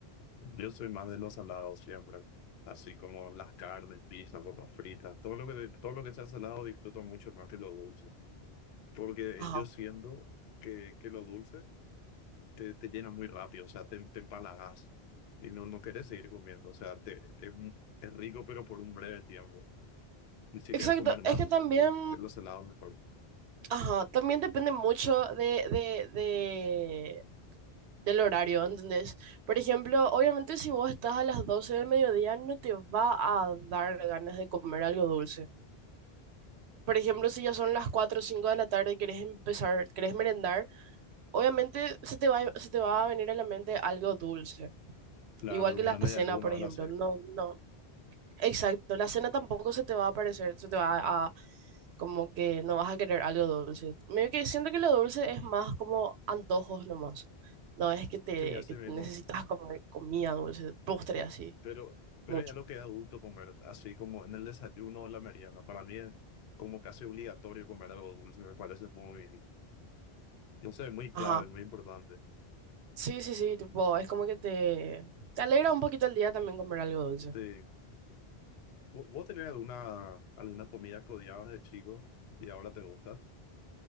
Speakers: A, on the left (about 75°); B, on the right (about 80°).
A: Yo soy más de los salados siempre, así como las carnes, pizza, papas fritas, todo lo que, todo lo que sea salado disfruto mucho más que lo dulce, porque
B: Ajá.
A: yo siento que, que lo dulce te, te llena muy rápido, o sea, te, te empalagas y no, no quieres seguir comiendo, o sea, te, te- es, un- es rico pero por un breve tiempo. Y si
B: Exacto,
A: quieres comer más,
B: es que también
A: bien, bien lo salado mejor.
B: Ajá, también depende mucho de, de, de, del horario, ¿entendés? Por ejemplo, obviamente si vos estás a las 12 del mediodía no te va a dar ganas de comer algo dulce. Por ejemplo, si ya son las 4 o 5 de la tarde y querés empezar, querés merendar, obviamente se te va, a- se te va a venir a la mente algo dulce.
A: Claro,
B: Igual
A: como
B: que la
A: una media
B: cena,
A: luna,
B: por
A: ahora
B: ejemplo.
A: sí,
B: No, no. Exacto, la cena tampoco se te va a aparecer, se te va a, Como que no vas a querer algo dulce. Medio que siento que lo dulce es más como antojos nomás. No es que te
A: sí, así
B: que
A: mismo.
B: necesitas comer comida dulce, postre así,
A: Pero, pero
B: mucho.
A: es lo que da gusto comer, así como en el desayuno o la merienda. Para mí es como casi obligatorio comer algo dulce, me parece muy, no sé, muy
B: Ajá.
A: clave, muy importante.
B: Sí, sí, sí, tipo, es como que te, te alegra un poquito el día también comer algo dulce.
A: Sí. ¿Vo- ¿Vos tenés alguna, algunas comidas que odiabas de chico y ahora te gusta?